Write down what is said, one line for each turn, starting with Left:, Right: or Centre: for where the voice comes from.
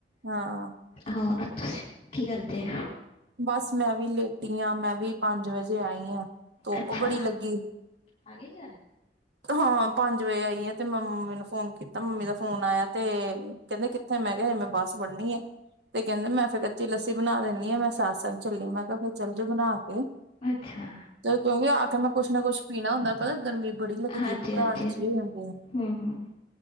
Right: ਹਾਂ
Left: ਹੋਰ ਤੁਸੀ, ਕੀ ਕਰਦੇ ਹੋ?
Right: ਬਸ ਮੈਂ ਵੀ ਲੇਟੀ ਹਾਂ, ਮੈਂ ਵੀ ਪੰਜ ਵਜੇ ਆਈ ਹਾਂ ਧੁੱਪ
Left: ਅੱਛਾ
Right: ਬੜੀ ਲੱਗੀ ਏ।
Left: ਆ ਗਏ ਘਰ
Right: ਹਾਂ, ਪੰਜ ਵਜੇ ਆਈ ਆ, ਤੇ ਮੈਂ ਮੰਮੀ ਨੂੰ ਫੋਨ ਕੀਤਾ, ਮੰਮੀ ਦਾ ਫੋਨ ਆਇਆ, ਤੇ ਕਹਿੰਦੇ ਕਿ ਤੇ ਮੈਂ ਕਿਹਾ, ਮੈਂ ਬੱਸ ਬੜ੍ਹਨੀ ਆ, ਤੇ ਕਹਿੰਦੇ, ਮੈਂ ਫਿਰ ਕੱਚੀ ਲੱਸੀ ਬਣਾ ਦਿੰਦੀ ਆ ਮੈਂ ਸਤਸੰਗ ਚੱਲੀ, ਮੈਂ ਕਿਹਾ ਫਿਰ ਚੱਲ ਜਾੳ ਬਣਾ ਕੇ
Left: ਅੱਛਾ
Right: ਤੇ ਕਿਉਂਕਿ, ਆ ਕੇ ਮੈਂ ਕੁਛ ਨਾ ਕੁਛ ਪੀਣਾ ਹੁੰਦਾ, ਪਤਾ ਗਰਮੀ ਬੜੀ ਲੱਗਦੀ
Left: ਹਾਂਜੀ
Right: ਹੈ ਘਬਰਾਹਟ
Left: ਹਾਂਜੀ ਹਮ
Right: ਹੋ ਜਾਂਦੇ ਆ,
Left: ਹਮ